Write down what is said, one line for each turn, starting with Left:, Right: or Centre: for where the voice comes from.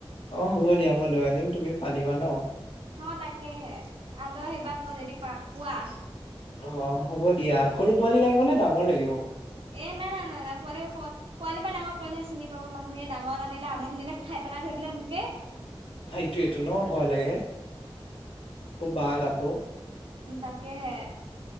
Left: অ হ'ব দিয়া মই লৈ আনিম তুমি পালিবা ন'?
Right: ন' তাকেহে আ লৈ আহিবা যদি পোৱা।
Left: অহ, হ'ব দিয়া সৰু -পোৱালি লাগিব নে ডাঙৰ লাগিব?
Right: এ নাই -নাই -নাই- নাই পোৱালি -পোৱালিৰ পৰা ডাঙৰ কৰিলেহে চিনি পাব মানুহে ডাঙৰত আনিলে আধা খিনিতে খা বনাই থৈ দিলে মোকে
Left: সেইটোৱেইটো ন'ভয় লাগে অহ, বাঘ আকৌ
Right: তাকেহে